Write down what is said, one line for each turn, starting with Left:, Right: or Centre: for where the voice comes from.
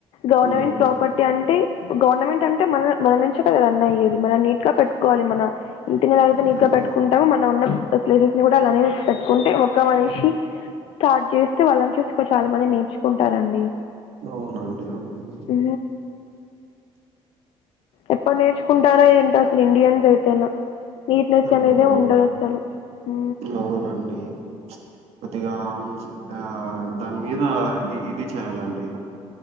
Left: గవర్నమెంట్
Right: హ్మ్
Left: ప్రాపర్టీ అంటే గవర్నమెంట్ అంటే మన మనం నుంచి కదా రన్ అయ్యేది మనం నీట్ గా పెట్టుకోవాలి మన ఇంటిని ఎలాగ అయితే నీట్
Right: హ్మ్
Left: గా పెట్టుకుంటామో మన ఉ ప్లేసెస్ ని కూడా అలానే పెట్టుకుంటే ఒక ఒక మనిషి స్టార్ట్ చేస్తే వాళ్ళని చూసి చాలా మంది నేర్చుకుంటారండి
Right: అవునండి అవునండి
Left: ఊ ఎప్పుడు నేర్చుకుంటారో ఏంటో అసలు ఇండియన్స్ అయితేనా నీట్నెస్
Right: అవునండి
Left: అనేదే ఉండదు అసలు ఊ
Right: అవునండి కొద్దిగా ఆ దాని మీద ఇది ఇది చేయాలండి